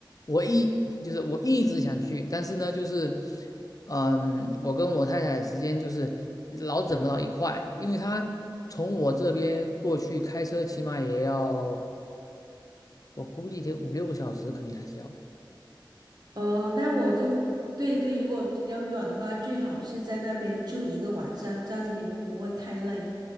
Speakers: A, on the left (about 45°); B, on the right (about 55°).
A: 我一就是我一直想去，但是呢，就是，嗯，我跟我太太时间就是老整不到一块，因为她从我这边过去开车起码也要，我估计得五六个小时，肯定还是要的。
B: 哦，那我就对对，如果比较远的话，最好是在那边住一个晚上，这样子你们不会太累。